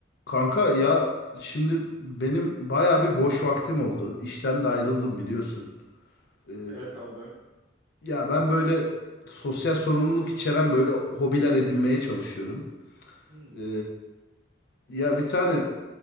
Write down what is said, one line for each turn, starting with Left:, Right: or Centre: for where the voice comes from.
Left: Kanka ya şimdi benim bayağı bir boş vaktim oldu. İşten de ayrıldım biliyorsun. Ee,
Right: Evet abi.
Left: ya ben böyle sosyal sorumluluk içeren böyle hobiler edinmeye çalışıyorum.
Right: Hı
Left: Ee, ya bir tane